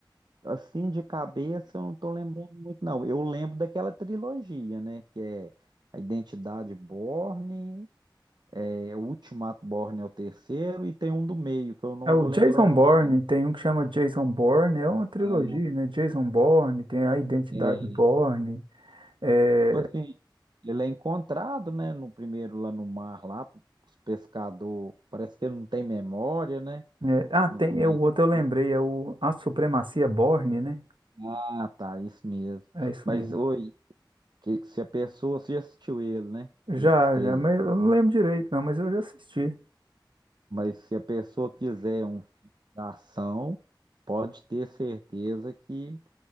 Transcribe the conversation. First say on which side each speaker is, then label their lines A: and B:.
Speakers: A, on the right; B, on the right.
A: assim de cabeça eu não tô lembrando muito, não. Eu lembro daquela trilogia, né? Que é A Identidade Bourne, é, o Ultimato Bourne é o terceiro, e tem um do meio, que eu não
B: É o
A: vou
B: Jason
A: lembrar o nome
B: Bourne,
A: agora.
B: tem um que chama Jason Bourne, é uma trilogia,
A: Ah,
B: né? Jason Bourne, tem a Identidade
A: é.
B: Bourne, é,
A: Tipo assim, ele é encontrado, né? No primeiro lá no mar, lá, os pescadores. Parece que ele não tem memória, né?
B: é- ah, tem,
A: No começo
B: é o outro
A: do
B: eu lembrei,
A: filme.
B: é o A Supremacia Bourne, né?
A: Ah, tá, isso mesmo.
B: É isso
A: Mas,
B: mesmo.
A: oi, Que se a pessoa, você já assistiu ele, né?
B: Já,
A: Esse trailer.
B: já, mas eu não lembro direito, não, mas eu já assisti.
A: Mas se a pessoa quiser um filme de ação, pode ter certeza que